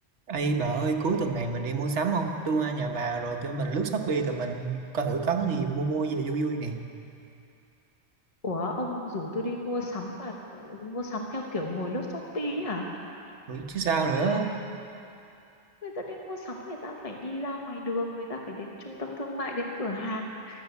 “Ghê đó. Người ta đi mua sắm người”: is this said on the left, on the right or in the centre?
Left